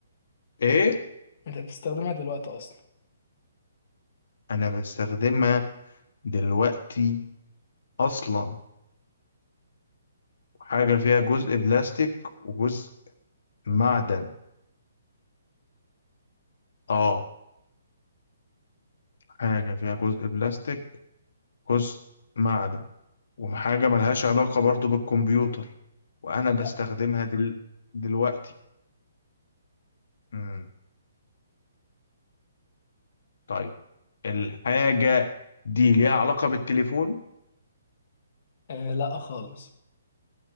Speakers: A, on the left (about 60°); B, on the left (about 35°).
A: ايه
B: انت بتستخدمها دلوقتي اصلا
A: انا بستخدمها دلوقتي اصلا حاجة فيها جزء بلاستيك وجزء معدن اه حاجة فيها جزء بلاستيك جزء معدن وحاجة ملهاش علاقة برضو بالكمبيوتر وأنا بستخدمها
B: لا
A: دل... دلوقتي مم. طيب الحاجة دي ليها علاقة بالتليفون
B: آه لا خالص